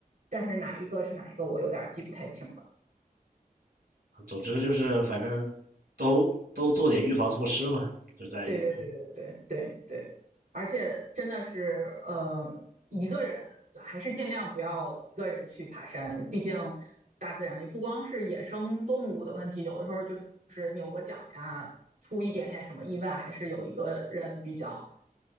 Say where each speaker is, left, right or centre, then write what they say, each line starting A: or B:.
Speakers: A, on the right; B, on the right.
A: 但是哪一个是哪一个，我有点记不太清了。
B: 总之就是反正都都做点预防措施嘛，就在于，
A: 对对对对对对对，而且真的是，呃，一个人还是尽量不要一个人去爬山，毕竟大自然里不光是野生动物的问题，有的时候就是扭个脚呀，出一点点什么意外，还是有一个人比较，